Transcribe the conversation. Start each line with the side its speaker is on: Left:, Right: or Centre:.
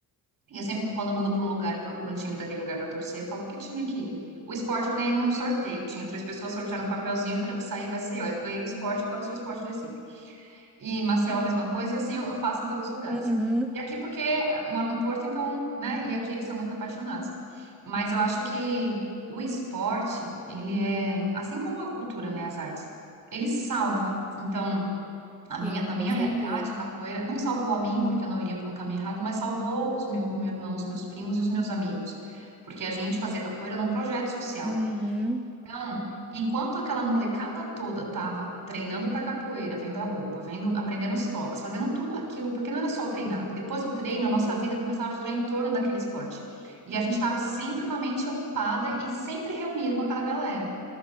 Right: E eu sempre, quando eu mudo para um lugar e procuro um time daquele lugar para torcer, eu falo, que time aqui? O esporte eu ganhei num sorteio. Tinha três pessoas, sortearam um papelzinho, eu falei, o que sair vai ser eu. Eu ganhei o esporte, agora eu sou o esporte do Recife. E em Maceió a mesma coisa, e assim eu eu faço em todos os lugares.
Centre: Uhum,
Right: E aqui porque eu moro no Porto, então, né? E aqui eles são muito apaixonados. Mas eu acho que o esporte, ele é, assim como a cultura, né, as artes, ele salva. Então, a minha,
Centre: sim,
Right: na minha
Centre: com certeza.
Right: realidade, a capoeira não salvou a mim, porque eu não iria por um caminho errado, mas salvou os meu, o meu irmão, os meus primos e os meus amigos. Porque a gente fazia capoeira num projeto social.
Centre: Uhum,
Right: Então, enquanto aquela molecada toda tava treinando para capoeira, vendo a roupa, vendo, aprendendo os toques, fazendo tudo aquilo, porque não era só treinar. Depois do treino,
Centre: sim.
Right: a nossa vida começava a girar em torno daquele esporte. E a gente estava sempre com a mente ocupada e sempre reunido com aquela galera.